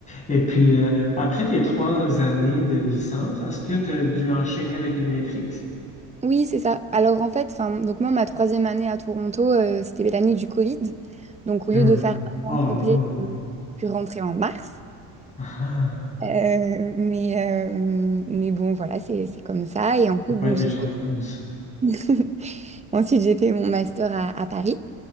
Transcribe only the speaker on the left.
Et puis, euh, après tes trois années de licence, est-ce que tu as dû enchaîner avec une maîtrise?
Hmm.
Oh
non,
ah, ah.
t'as pas
été
chanceuse.